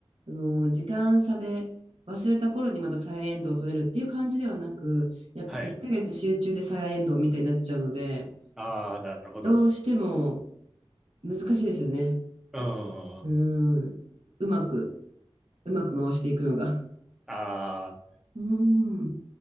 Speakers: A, on the right (about 85°); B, in the centre.
A: その時間差で忘れた頃にまたサヤエンドを取れるっていう感じではなく、やっぱ1ヶ月集中でサヤエンドみたいになっちゃうので、
B: はい。ああ、なるほど。
A: どうしても難しいですよね。
B: うん。
A: う
B: あ
A: ん。うまく、うまく回していくのが。
B: あ。
A: うん。